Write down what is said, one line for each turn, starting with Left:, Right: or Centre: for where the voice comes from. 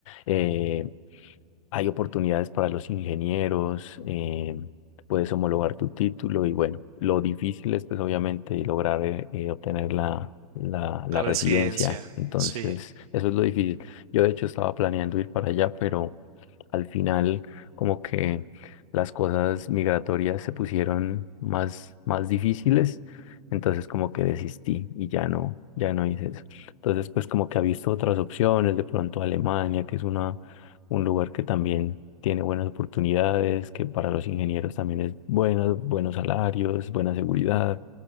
Left: eh, hay oportunidades para los ingenieros, eh, puedes homologar tu título y bueno, lo difícil es pues obviamente lograr eh, eh, obtener la, la,
Right: la
Left: la
Right: residencia,
Left: residencia. Entonces,
Right: sí,
Left: eso es lo difícil. Yo de hecho estaba planeando ir para allá, pero al final como que las cosas migratorias se pusieron más, más difíciles, entonces como que desistí y ya no, ya no hice eso. Entonces, pues como que ha visto otras opciones, de pronto Alemania, que es una un lugar que también tiene buenas oportunidades, que para los ingenieros también es bueno, buenos salarios, buena seguridad,